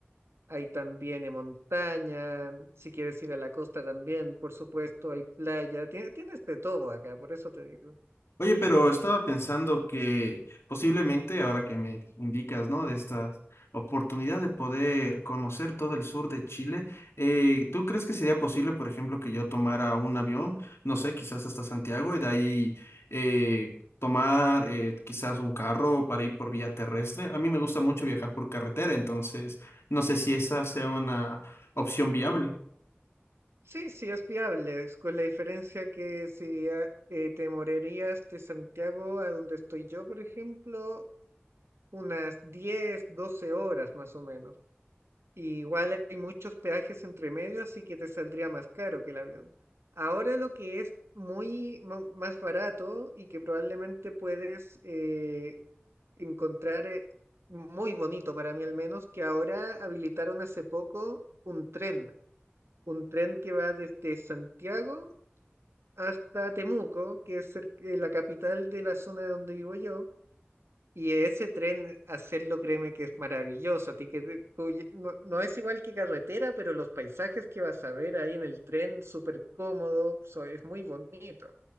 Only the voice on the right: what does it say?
hay también eh, montaña, si quieres ir a la costa también, por supuesto, hay playa, tie- tienes de todo acá, por eso te digo.
Sí, sí, es viable, es con la diferencia que si a- eh, te morerías de Santiago a donde estoy yo, por ejemplo, unas 10, 12 horas más o menos. Y igual hay muchos peajes entre medio, así que te saldría más caro que el avión. Ahora lo que es muy mo- más barato y que probablemente puedes eh, encontrar eh, muy bonito para mí al menos, que ahora habilitaron hace poco un tren, un tren que va desde Santiago hasta Temuco, que es cer- eh, la capital de la zona donde vivo yo. Y ese tren, hacerlo, créeme que es maravilloso. A ti que te- cuye- no, no es igual que carretera, pero los paisajes que vas a ver ahí en el tren, súper cómodo, so- es muy bonito.